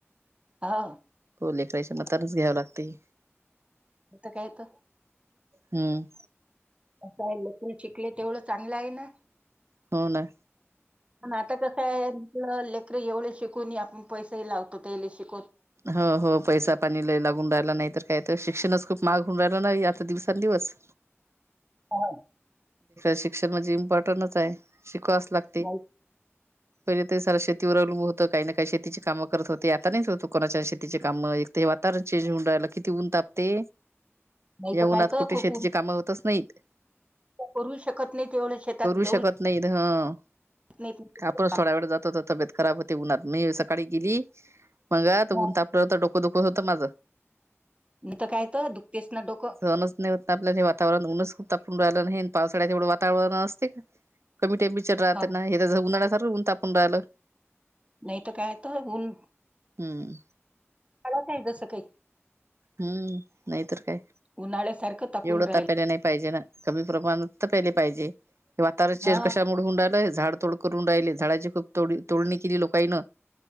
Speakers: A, on the right; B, on the right.
A: हा.
B: हो लेकराच्या मतानच घ्यावं लागते.
A: होता कायेत.
B: हम्म.
A: आहे लकन शिकले तेवढं चांगलं आहे ना.
B: हो ना.
A: पण आता कस आहे लेकर एवढे शिकून आपण पैसेही लावतो ते शिक
B: हो हो पैसा पाणी लयी लागून राहिला नाही तर काय. शिक्षणास खूप माग होऊन राहिला नाही आता दिवसांंदिवस.
A: हा.
B: शिक्षण म्हणजे इम्पॉर्टनच आहे शिकवाच लागते.
A: नाही
B: पहिले ते सार शेतीवर अवलंब होतं काही ना काही शेतीची कामं करत होते आता नाहीच होत कोणाच्या शेतीची कामं. वातावरण चेंज होऊन राहिल किती ऊन तापते.
A: नाही
B: या
A: तर
B: उनात
A: काय तर
B: कुठे
A: खूप
B: शेतीची
A: ऊन-
B: कामं होतच नाहीत.
A: करू शकत नाही तेवढं शेतात
B: करू
A: जाऊ
B: शकत नाहीत हं.
A: नाही
B: आपणच
A: तर
B: थोड्या वेळ जातोत तर तबीेत खराब होती. ते उन मी सकाळी गेली मगन
A: हो.
B: तापलं डोकं दुख होतं माझ.
A: नाही तर काय तर दुखतेच ना डोकं
B: सणच नाही होत आपल्या हे वातावरण उनच खूप तापून राहिल. पावसाळ्यातवढं वातावरण असते का कमी टेमचर राहत
A: हा
B: उन्हाळा सर ऊन तापून रालं.
A: नाही त काय त ऊन
B: हुं.
A: हला काही जस काही.
B: हुं नाही तर काय.
A: उन्हाळ्यासारखं तापून
B: जेवढं
A: राहील
B: त तापयाला नाही पाहिजे ना कमी प्रमाणात तपेले पाहिजे- हे वातावरण
A: हा
B: चेज कशामुळ हुंन राहिलंय झाड तोड करून राहिले, झाडाची खूप तो तोडणी केली लोकाईन